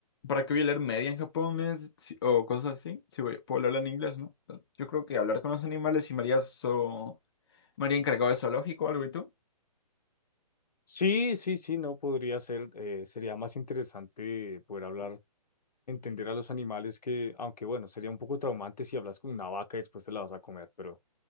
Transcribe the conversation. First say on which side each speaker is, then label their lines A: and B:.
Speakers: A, on the left; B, on the left.
A: ¿para qué voy a leer media en japonés si- si, o cosas así? Si voy- puedo hablar en inglés, ¿no? Entonces, Yo creo que hablar con los animales y María so... María encargado de zoológico o algo y tú.
B: Sí, sí, sí, no podría ser, eh, sería más interesante poder hablar, entender a los animales que, aunque bueno, sería un poco traumante si hablas con una vaca y después te la vas a comer, pero